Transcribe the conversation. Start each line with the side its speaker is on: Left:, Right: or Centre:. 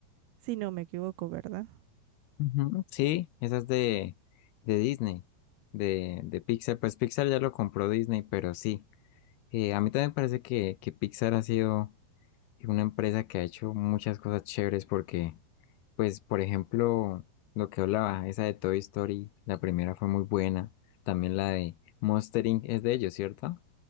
Right: si no me equivoco, ¿verdad?
Left: Ujú, Sí, esa es de, de Disney, de, de Pixar. Pues Pixar ya lo compró Disney, pero sí. Eh, a mí también me parece que, que Pixar ha sido una empresa que ha hecho muchas cosas chéveres porque, pues, por ejemplo, lo que hablaba, esa de Toy Story, la primera fue muy buena. También la de Monster Inc. es de ellos, ¿cierto?